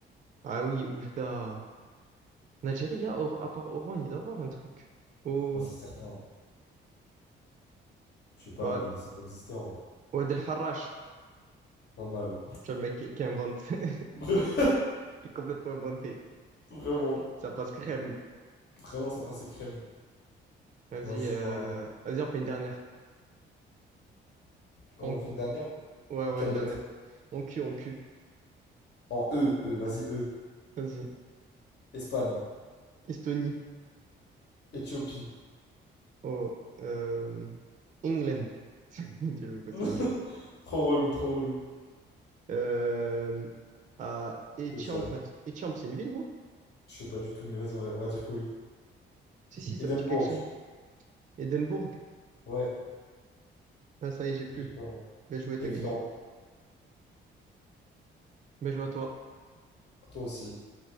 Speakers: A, on the right; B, on the left.
A: Ah oui, Oujda. En Algérie, il y a, Or- à part Oran, il doit y avoir un truc. Oh,
B: Ouais, c'est certain. Je sais pas,
A: ouais.
B: mais il décide d'exister en vrai.
A: Ouad El Harrach.
B: Pas mal.
A: Tu vois, le mec qui, qui invente. <laughs>
B: <laughs>
A: Il est complètement inventé.
B: Vraiment.
A: Ça passe crème.
B: Vraiment, ça passait crème.
A: Vas-y,
B: Moi, je suis
A: euh,
B: pas.
A: vas-y, on fait une dernière.
B: On
A: On,
B: fait une dernière?
A: Ouais, ouais,
B: Quelle
A: une dernière.
B: lettre?
A: En cul, en cul.
B: En E, E, vas-y, E.
A: Vas-y.
B: Espagne.
A: Estonie.
B: Éthiopie.
A: Oh, euh, England. <laughs> Diallo Kosovo.
B: <laughs> Trop relou, trop relou.
A: Euh, à
B: Je
A: Étiamp.
B: peux dire.
A: Étiamp, c'est une ville, non?
B: Je sais pas du tout, mais vas-y, on va, on va dire que oui.
A: Si, si, ça
B: Édimbourg.
A: me dit quelque chose. Édimbourg.
B: Ouais.
A: Ah, ça y est, j'ai plus.
B: J'ai pas-
A: Bien joué,
B: Et
A: t'as
B: Vilan.
A: gagné. Bien joué à toi.
B: Toi aussi.